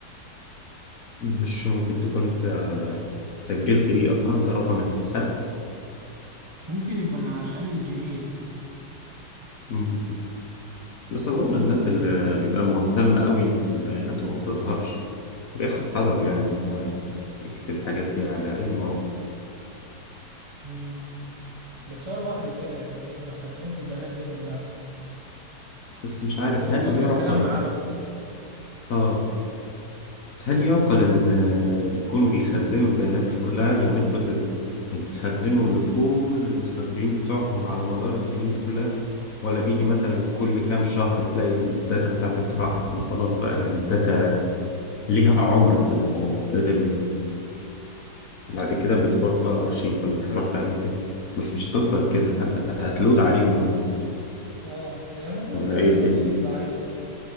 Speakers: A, on the left; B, on the right.
A: مش ممكن تكون انت سجلت بيه اصلا ده رقم الحساب
B: ممكن يكون عشان الجيميل
A: ممكن بس اظن الناس
B: يبقى الجيميل
A: اللي بيبقى مهتم قوي ان بياناته ما بتظهرش بياخد حذره يعني ان هو يكتب الحاجات دي على اي موقع
B: امم بس هو لوحده كده يعني ايه ما دخلتلوش البنات دي كلها
A: بس مش عارف
B: بس من
A: هل
B: كتر
A: يعقل
B: الكلام معاه بقى
A: اه بس هل يعقل إن آه، بيكونوا بيخزنوا البيانات دي كلها يعني افرض ال- يعني بيخزنوا لكل المستخدمين بتوعهم على مدار السنين دي كلها ولا بيجي مثلا كل كام شهر تلاقي الداتا بتاعتك راحت ما خلاص بقى يعني الداتا ليها عمر في الداتابيز بعد كده بتروح
B: لا
A: بقى أرشيف ولا بتروح لأي حتة بس مش هتفضل كده حتى هتلود عليهم هم
B: اه هي ممكن
A: ولا
B: تروح
A: إيه الدنيا
B: الارشيف عادي